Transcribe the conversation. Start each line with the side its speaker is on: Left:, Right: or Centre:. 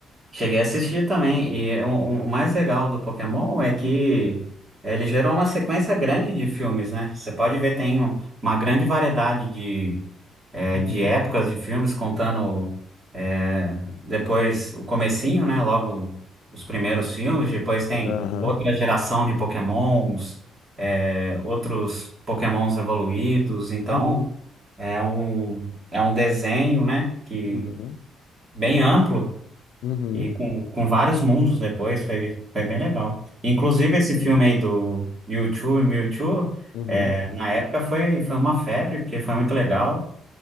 Right: Cheguei a assistir também, e o, o mais legal do Pokémon é que ele gerou uma sequência grande de filmes, né? Você pode ver, tem um- uma grande variedade de, eh,
Left: Uhum.
Right: de épocas de filmes, contando eh, depois o comecinho, né? Logo os primeiros filmes, depois tem
Left: Aham.
Right: outra geração de Pokémons, eh, outros Pokémons evoluídos, então
Left: Uhum.
Right: é um, é um desenho, né? Que
Left: Uhum.
Right: bem amplo.
Left: Uhum.
Right: E com, com vários mundos depois, foi, foi bem legal. Inclusive, esse filme aí do u e Mewtwo,
Left: Uhum.
Right: é, na época foi, foi uma febre, porque foi muito legal.